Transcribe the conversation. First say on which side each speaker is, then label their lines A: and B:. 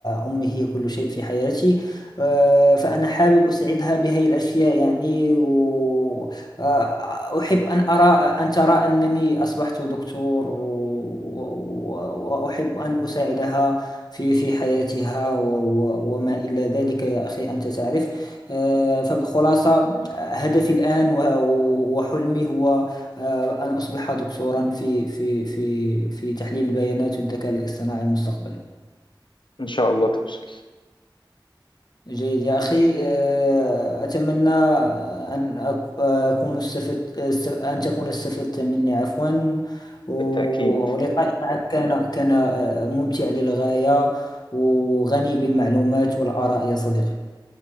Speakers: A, on the left (about 55°); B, on the left (about 75°).
A: أمي هي كل شيء في حياتي آه، فأنا حابب أسعدها بهذه الأشياء يعني وأحب أن أرى أن ترى أنني أصبحت دكتور و- و- وأحب أن أساعدها في في حياتها و- و- وما إلى ذلك يا أخي أنت تعرف آه، فبخلاصة هدفي الآن و- وحلمي هو آه، أن أصبح دكتورا في في في في تحليل البيانات والذكاء الاصطناعي مستقبلا
B: إن شاء الله توصل
A: جيد يا أخي آه، أتمنى أن أك- أكون استفدت است- أن تكون استفدت مني عفوا و-
B: بالتأكيد
A: ولقائي معك كان كان آه، ممتع للغاية وغني بالمعلومات والآراء يا صديقي